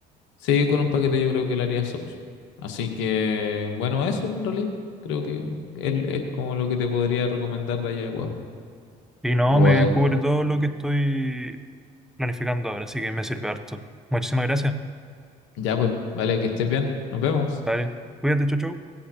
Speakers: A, on the left; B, in the centre.
A: Sí, con un paquete yo creo que le haría súper. Así que, bueno, eso en realidad creo que es, es como lo que te podría recomendar de allá de Ecuador.
B: Y no,
A: O
B: me
A: de Ecuador.
B: cubre todo lo que estoy planificando ahora, así que me sirve harto. Muchísimas gracias.
A: Ya pues, vale, que estés bien. Nos vemos.
B: Dale, cuídate, chau, chau.